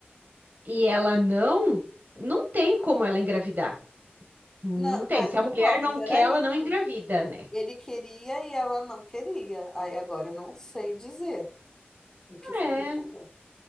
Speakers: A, on the right; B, on the left.
A: e ela não, não tem como ela engravidar. Não
B: Não,
A: tem.
B: mas
A: Se a
B: então,
A: mulher
B: mas
A: não
B: era
A: quer, ela
B: isso.
A: não engravida, né?
B: Ele queria e ela não queria. Aí agora eu não sei dizer o que foi
A: É,
B: que aconteceu.